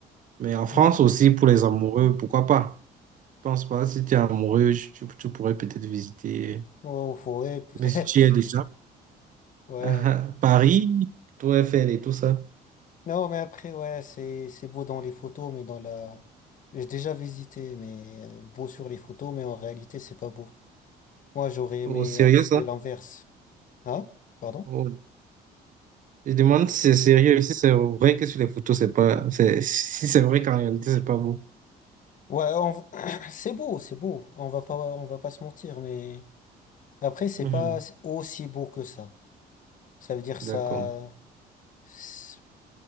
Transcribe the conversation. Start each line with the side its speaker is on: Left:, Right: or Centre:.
Right: mais en France
Left: Mhm.
Right: aussi, pour les amoureux, pourquoi pas? Je pense pas, si tu es amoureux, tu, tu pourrais peut-être visiter,
Left: Oh, forêt, peut-être.
Right: mais si tu y es déjà,
Left: <laughs> Ouais.
Right: <laughs> Paris, tout Eiffel et tout ça.
Left: Non, mais après, ouais, c'est c'est beau dans les photos, mais dans la... J'ai déjà visité, mais euh, beau sur les photos, mais en réalité, c'est pas beau. Moi, j'aurais aimé
Right: Au sérieux,
Left: un petit
Right: ça?
Left: peu l'inverse. Hein? Pardon?
Right: Oh. Je demande si c'est sérieux, si c'est vrai que sur les photos, c'est pas, c'est, si c'est vrai qu'en réalité, c'est pas beau.
Left: Ouais, on- v- <clears throat> c'est beau, c'est beau. On va pas, on va pas se mentir, mais après, c'est
Right: Mhm.
Left: pas aussi beau que ça. Ça veut dire
Right: D'accord.
Left: ça... c'est-